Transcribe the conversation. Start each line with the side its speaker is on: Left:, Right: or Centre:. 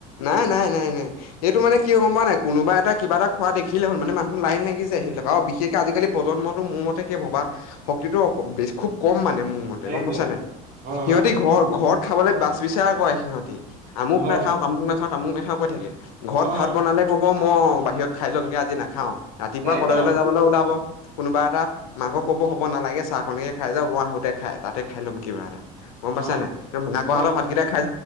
Left: নাই নাই নাই নাই এইটো মানে কিয় গম পোৱা নাই কোনোবা এটা কিবা এটা খোৱা দেখিলে হ'ল মান মানহ লাইন লাগি যায় সেইবিলাক আৰু বিশেষকে আজিকাল প্ৰজন্মটোোৰ মতে শষ হবা শক্তিটো খুব কম মানে মোৰ মতে গম
Right: একদম
Left: পছা নে
Right: হয়
Left: সিহঁতি
Right: হয়
Left: ঘৰ ঘৰত খাবলৈ বাচ বিচাৰ কৰে সিহঁতি আমুক
Right: হয়
Left: নখাও তামুক নাখাওঁ তামুক নাখাওঁ কৈ থাকে ঘৰত
Right: হয়
Left: ভাত
Right: হয়
Left: বনালে ক'ব ম বাহিৰত খাই লমগে আজি নাখাও ৰাতিপুৱা
Right: একদম
Left: কলেজলৈ যাবলৈ ওলাব। কোনোবা এটা মাকক কব হ'ব নালাগে চাহখনকে খাই যাওঁ ম আহোঁতে খাই তাতে খাই ল'ম কিবা এটা। গম পাইছা
Right: হয়
Left: নাই মাকহঁতৰ
Right: হয় হয়
Left: ভাতকেইটা খাই